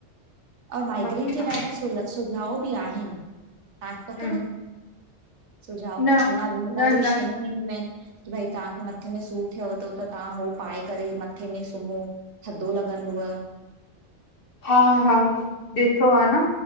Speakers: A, on the right; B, on the left.
A: और माइग्रेन
B: अच्छा
A: जा ॾाढा सुल सुझाव बि आहिनि, तव्हांखे पतो
B: हम्म
A: त सुझाव
B: न
A: अञा बि मतलब
B: न
A: कोई
B: न
A: शयूं ईंदियूं आहिनि की भई तव्हां मथे में सूर थियव त हु त तव्हां हो पाए करे मथे में सुम्हो, थधो लॻंदव।
B: हा- हा ॾिठो आ न